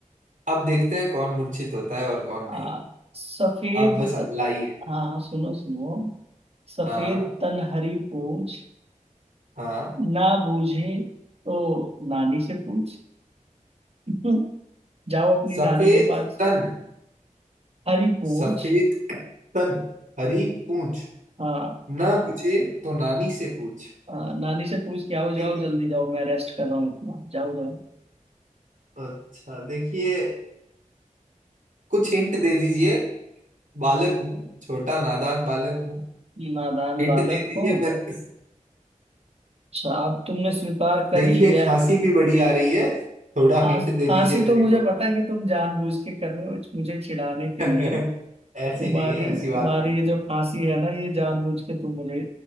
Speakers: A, on the right; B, on the right.
A: अब देखते हैं कौन मूर्छित होता है और कौन
B: आ,
A: नहीं
B: सफेद
A: आप बस लाइए
B: हाँ हाँ, सुनो सुनो सफेद
A: हाँ
B: तन हरी पूछ
A: हाँ
B: ना बूझे तो नानी से पूछ <laughs> जाओ अपनी
A: सफेद
B: नानी के पास
A: तन
B: हरी पूछ
A: सफेद तन हरी पूछ
B: हाँ
A: ना पूछे तो नानी से पूछ
B: हाँ, नानी से पूछ के आओ जाओ
A: देखिए
B: जल्दी जाओ मैं रेस्ट कर रहा हूँ इतना जाओ जाओ
A: अच्छा देखिए कुछ हिंट दे दीजिए बालक हूँ छोटा नादान बालक हूँ
B: नादान
A: हिंट
B: बालक
A: दे दीजिए
B: हो
A: मेरे
B: अच्छा अब तुमने स्वीकार कर
A: देखिए
B: ही लिया
A: खांसी
B: है
A: भी बड़ी आ रही है थोड़ा
B: खांस
A: हिंट दे
B: खांसी
A: दीजिए मेरे
B: तो मुझे
A: को
B: पता है कि तुम जानबूझ के कर रहे हो मुझे चिढ़ाने के
A: <laughs>
B: लिए
A: ऐसी
B: तुम्हारी
A: नहीं है ऐसी बात
B: तुम्हारी
A: नहीं
B: ये जो खांसी है ना ये जानबूझ के तुम मुझे